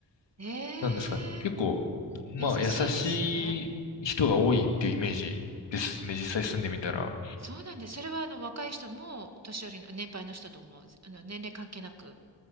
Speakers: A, on the right; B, on the left.
A: ええ、
B: なんですかね。結構、まあ優しい人が多いっていうイメージですね。
A: 優しいですね。おー
B: 実際住んでみたら。
A: そうなんです。それはあの若い人も年寄りの年配の人ともあの年齢関係なく。